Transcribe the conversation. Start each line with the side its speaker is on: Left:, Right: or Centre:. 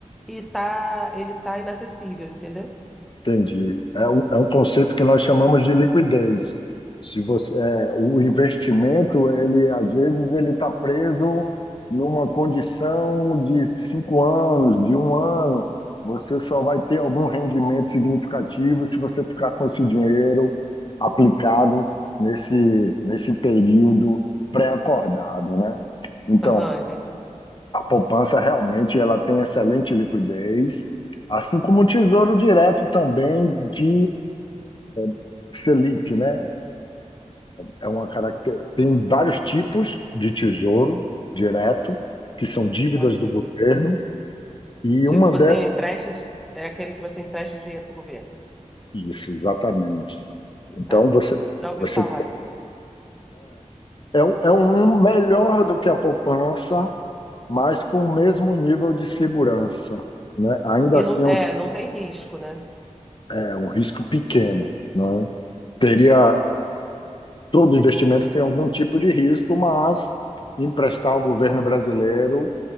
Centre: e tá, ele tá inacessível, entendeu?
Left: Entendi. É um, é um conceito que nós chamamos de liquidez. Se você, é, o investimento, ele às vezes ele está preso numa condição de cinco anos, de um ano. Você só vai ter algum rendimento significativo se você ficar com esse dinheiro aplicado nesse, nesse período pré-acordado, né? Então,
Centre: Aham, entendi.
Left: a poupança realmente ela tem excelente liquidez, assim como o Tesouro Direto também de eh, Selic, né? É uma caracter... Tem vários tipos de tesouro direto, que são dívidas
Centre: Ah.
Left: do governo, e
Centre: Tipo,
Left: uma
Centre: você
Left: delas,
Centre: empresta, de- é aquele que você empresta dinheiro pro governo,
Left: isso, exatamente. Então
Centre: tá?
Left: você
Centre: Já ouvi
Left: você
Centre: falar
Left: tem-
Centre: disso. aí.
Left: é, é um- é um melhor do que a poupança, mas com o mesmo nível de segurança, né? Ainda
Centre: E
Left: assim
Centre: não,
Left: é
Centre: é,
Left: um,
Centre: não tem risco, né?
Left: é um risco pequeno, né? Teria todo investimento tem algum tipo de risco, mas emprestar ao governo brasileiro